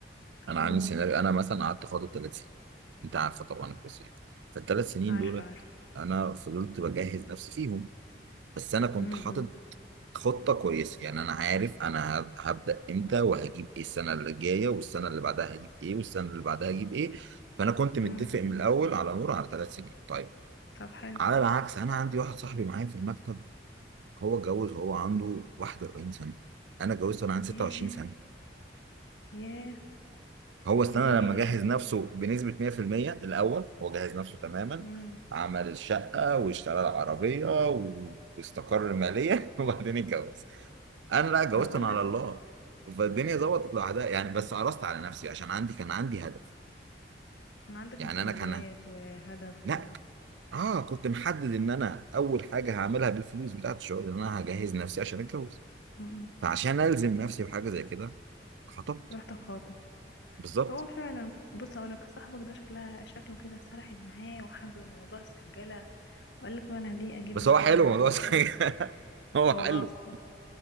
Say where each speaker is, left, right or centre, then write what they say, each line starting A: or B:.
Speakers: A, on the right; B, on the left.
A: انا
B: اقول
A: عامل سيناريو انا مثلا قعدت خاطب ثلاث سنين انت عارفه طبعا القصه دي فالثلاث سنين
B: عارفة
A: دولت
B: عارفة
A: انا فضلت بجهز نفسي فيهم بس انا كنت
B: امم
A: حاطط خطه كويسه يعني انا عارف انا هب- هبدا امتى وهجيب ايه السنه اللي جايه والسنه اللي بعدها هجيب ايه والسنه اللي بعدها هجيب ايه فانا كنت متفق
B: امم
A: من الاول على نور على ثلاث سنين طيب
B: طب حلو
A: على العكس انا عندي واحد صاحبي معايا في المكتب هو اتجوز وهو عنده 41 سنه انا اتجوزت وانا عندي 26
B: ياه
A: سنه
B: ياه
A: هو استنى
B: ياه ياه
A: لما جهز
B: يعني
A: نفسه بنسبة 100% الأول هو جهز نفسه تماما
B: امم
A: عمل الشقة واشترى العربية و- واستقر ماليا <laughs> وبعدين اتجوز أنا لا اتجوزت
B: انا بقول
A: أنا على
B: لك
A: الله فالدنيا ظبطت لوحدها يعني بس قرصت على نفسي عشان عندي كان عندي هدف
B: كان عندك
A: يعني
B: مسؤوليات
A: أنا كان
B: وهدف
A: لا
B: و
A: آه كنت محدد إن أنا أول حاجة هعملها بالفلوس بتاعت الشغل إن أنا هجهز نفسي عشان أتجوز
B: امم
A: فعشان ألزم نفسي بحاجة زي كده خطبت
B: رحت خاطب
A: بالظبط
B: هو فعلا بص هقول لك صاحبك ده شكلها شكله كده سرحت معاه وحب موضوع السنجلة وقال لك بقى انا ليه اجيب
A: بس
B: واحدة
A: هو حلو
B: اللي
A: الموضوع
B: هو تقرف
A: <laughs> هو
B: هو اه
A: حلو
B: بصراحة